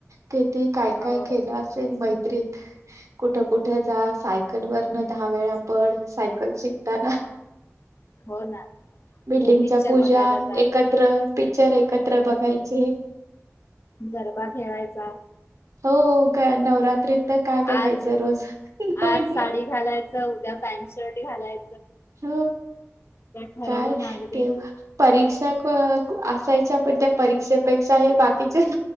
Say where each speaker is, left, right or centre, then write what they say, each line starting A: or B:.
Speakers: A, on the right; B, on the left.
A: किती काय
B: हो
A: काय केल असेल मैत्रीत कुठ कुठ जा सायकल वरन दहा वेळा पड सायकल शिकताना
B: हो ना
A: बिल्डिंगच्या
B: मग पिक्चर
A: पूजा
B: बघायला जा
A: एकत्र पिकच्चर एकत्र बघायचे.
B: गरबा खेळायचा?
A: हो नवरात्रीत आता काय बघायचं
B: आज
A: रोज नवीन
B: आज
A: नवीन
B: साडी घालायचं उद्या पॅनट शर्ट घालाय
A: हो
B: ठरवून
A: काय
B: अगदी
A: तेव्हा परीक्षक असायच्या पण त्या परीक्षेपेक्षा हे बाकीचे